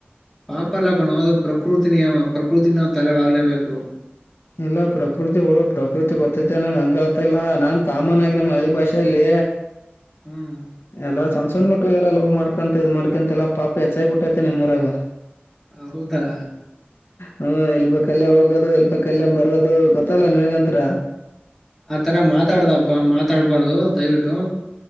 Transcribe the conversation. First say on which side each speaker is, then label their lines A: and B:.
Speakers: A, in the centre; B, on the left.
A: ಪಾಪ ಅಲ್ಲ ಕಣೋ ಅದು ಪ್ರಕೃತಿ ನಿಯಮ ಪ್ರಕೃತಿಗ್ ನಾವ್ ತಲೆ ಬಾಗ್ಲೇಬೇಕು
B: ಇಲ್ಲ ಪ್ರಕೃತಿ ಬಿಡು ಪ್ರಕೃತಿ ಗೊತ್ತೈತೆ ನಾನು ಹಂಗ್ ಹೇಳ್ತ ಇಲ್ಲ ನಾನ್ ಕಾಮನ್ ಆಗಿ ನಮ್ಮ ಹಳ್ಳಿ ಭಾಷೆೆಯಲ್ಲಿ
A: ಹ್ಮ್
B: ಎಲ್ಲ ಸಣ್ಣ ಸಣ್ಣ ಮಕ್ಕ ಮಕ್ಕಳ ಲವ್ ಮಾಡ್ಕೊಂತ ಇದ್ ಮಾಡ್ಕಂತ ಎಲ್ಲಾ ಪಾಪ ಹೆಚ್ಚಾಗ ಬಿಟ್ಟೈತೆ ನಿಮ್ಮೂರಾಗ
A: ಹೌದಾ
B: ಹ್ಮ ಎಲ್ಲಿ ಬೇಕು ಅಲ್ಲೇ ಹೋಗೋದು ಎಲ್ಲೇ ಬೇಕು ಅಲ್ಲೇ ಬರೋದು ಗೊತ್ತಲ್ಲ ನಿನ್ಗಂತ್ರ
A: ಆತರ ಮಾತಾಡ್ದಪ್ಪ ಮಾತಾಡ್ಬಾರ್ದು ದಯವಿಟ್ಟು